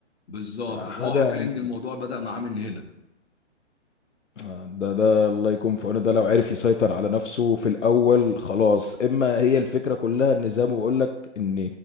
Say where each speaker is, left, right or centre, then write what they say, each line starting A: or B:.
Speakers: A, on the left (about 65°); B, on the left (about 85°).
A: بالظبط
B: حاجه
A: فهو حكى
B: يعني
A: لي ان الموضوع بدأ معاه من هنا
B: آه، ده ده الله يكون في عونه ده لو عرف يسيطر على نفسه في الاول خلاص اما هي الفكره كلها ان زي ما بقول لك ان